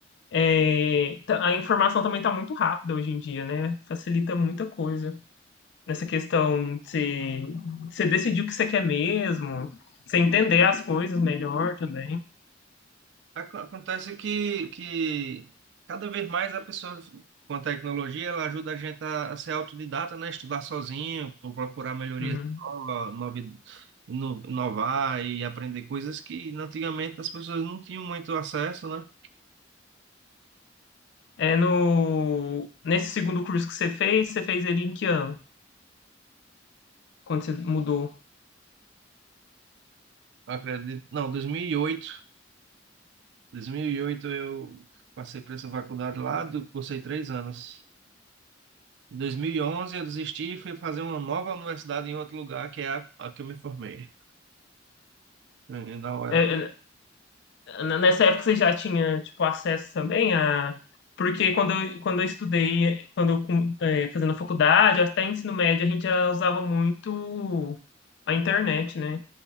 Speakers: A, on the left; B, on the right.
A: É, tá- a informação também tá muito rápida hoje em dia, né? Facilita muita coisa. Nessa questão de você, você decidir o que você quer mesmo, você entender as coisas melhor também.
B: Ac- Acontece que, que cada vez mais a pessoa, com a tecnologia, ela ajuda a gente a, a ser autodidata, né? Estudar sozinho, pro- procurar melhorias
A: Uhum.
B: novas, novi- ino- inovar e aprender coisas que antigamente as pessoas não tinham muito acesso, né?
A: É no, nesse segundo curso que você fez, você fez ele em que ano? Quando você mudou?
B: Eu Acredito. Não, dois dois mil mil e oito dois mil e oito eu passei por essa faculdade lá, do- cursei três anos. Em 2011 eu desisti e fui fazer uma nova universidade em outro lugar, que é a, a que eu me formei. Eh, Da hora.
A: É, é, N- Nessa época você já tinha, tipo, acesso também a... Porque quando eu, quando eu estudei, quando eu com- eh, fazendo faculdade, até ensino médio, a gente já usava muito a internet, né?